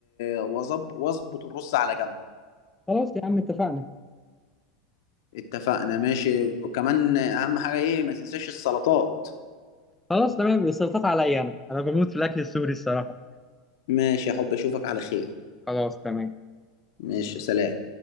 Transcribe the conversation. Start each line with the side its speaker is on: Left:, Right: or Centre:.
Left: وأظب- واظبط الرز على جنب
Centre: خلاص يا عم اتفقنا
Left: اتفقنا ماشي وكمان اهم حاجه ايه ما تنساش السلطات
Centre: خلاص تمام السلطات عليا انا انا بموت في الاكل السوري الصراحه
Left: ماشي يا حب اشوفك على خير
Centre: خلاص تمام
Left: ماشي سلام